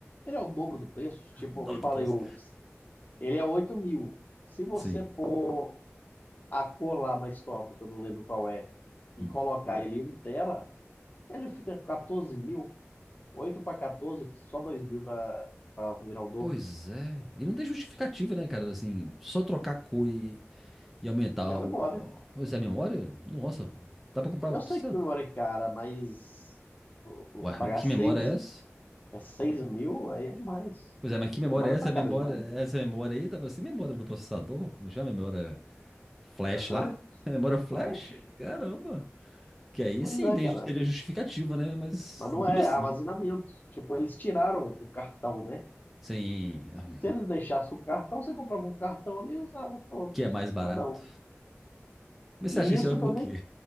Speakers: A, on the left; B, in the centre.
A: ele é o dobro do preço. Tipo,
B: O
A: eu
B: nome
A: te falei,
B: do preço.
A: o, ele é 8 mil. Se você
B: Sim.
A: pôr a cor lá mais top, que eu não lembro qual é, e
B: Hum.
A: colocar ele em 1 tera, Ele fica com 14 mil, 8 para 14, só 2 mil para para virar o dobro.
B: Pois é. E não tem justificativa, né, cara? Assim, só trocar cor e E aumentar
A: E a memória.
B: o. o- Pois é, a memória? Nossa, dá pra comprar.
A: Eu sei
B: sei
A: que
B: lá.
A: memória é cara, mas o-
B: Ué,
A: o pagar
B: mas que
A: 6
B: memória é essa?
A: é 6 mil aí é demais.
B: Pois é, mas que
A: A
B: memória
A: memória
B: é
A: tá
B: essa?
A: cara
B: memória,
A: demais.
B: essa memória aí? Dá pra ser memória do processador? Como chama? Memória flash
A: Aham,
B: lá? <laughs> Memória flash?
A: flash.
B: Caramba! Que aí
A: Pois
B: sim
A: é,
B: tem,
A: cara.
B: teria justificativa, né? Mas
A: Mas não
B: mesmo
A: é,
B: assim,
A: é armazenamento. Tipo, eles tiraram o cartão, né?
B: sem.
A: Se eles deixassem o cartão, você comprava um cartão ali e usava, pronto.
B: Que é mais barato.
A: Mas não.
B: Mas
A: E
B: você acha que esse
A: isso
B: é por
A: que eu nem
B: quê?